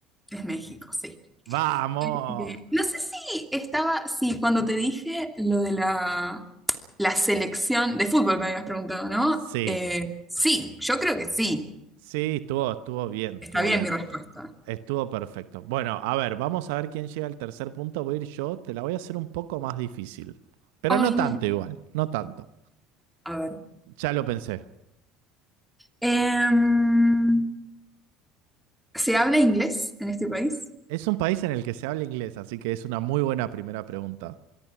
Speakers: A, in the centre; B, on the right.
A: es México, sí.
B: Vamos.
A: Eh, no sé si estaba, sí, cuando te dije lo de la, La selección de fútbol me habías preguntado, ¿no?
B: Sí.
A: Eh, sí, yo creo que sí.
B: Sí, estuvo, estuvo bien,
A: Está
B: estuvo
A: bien
B: bien.
A: mi respuesta.
B: Estuvo perfecto. Bueno, a ver, vamos a ver quién llega al tercer punto. Voy a ir yo. Te la voy a hacer un poco más difícil. Pero
A: Ay,
B: no
A: no.
B: tanto igual, no tanto.
A: A ver.
B: Ya lo pensé.
A: Em, ¿se habla inglés en este país?
B: Es un país en el que se habla inglés, así que es una muy buena primera pregunta.